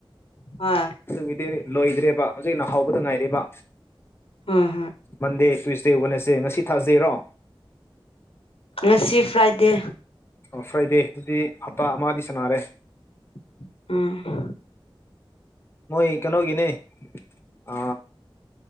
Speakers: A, on the left; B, on the left.
A: ꯍꯣꯏ
B: ꯑꯗꯨꯒꯤꯗꯤ ꯂꯣꯏꯗ꯭ꯔꯦꯕ ꯍꯧꯖꯤꯛ ꯅ ꯍꯥꯎꯕꯗ ꯉꯥꯏꯔꯦꯕ
A: ꯍꯣꯏ ꯍꯣꯏ
B: ꯃꯟꯗꯦ ꯇꯨꯁꯗꯦ ꯋꯥꯅꯦꯁꯗꯦ ꯉꯁꯤ ꯊꯥꯖꯩꯔꯣ
A: ꯉꯁꯤ ꯐ꯭ꯔꯥꯏꯗꯦ
B: ꯑꯣ ꯐ꯭ꯔꯥꯏꯗꯦ ꯑꯗꯨꯗꯤ ꯍꯞꯇꯥ ꯑꯃꯗꯤ ꯁꯅꯔꯦ
A: ꯑꯥ
B: ꯃꯣꯏ ꯀꯩꯅꯣꯒꯤꯅꯦ ꯑ